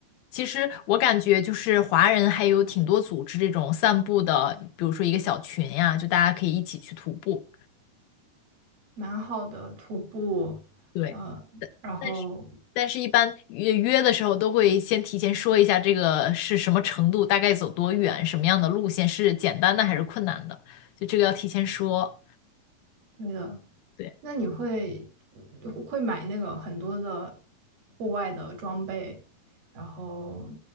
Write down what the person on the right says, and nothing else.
蛮好的徒步，
呃，然后
对的，
那你会嗯会买那个很多的户外的装备，然后